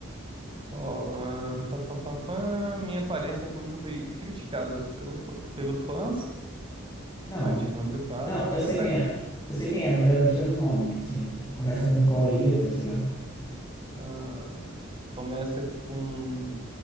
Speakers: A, on the right; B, on the left.
A: ó, ah, pam, pam, pam, pam, minha aparência pública foi criticada pelo, fã- pelo fãs.
B: Não,
A: A dica número 4,
B: Não,
A: Prota,
B: eu sei quem é. Eu sei quem é, mas eu quero uma dica do nome. Tipo assim, co- começa com qual letra, sei lá.
A: ah, começa com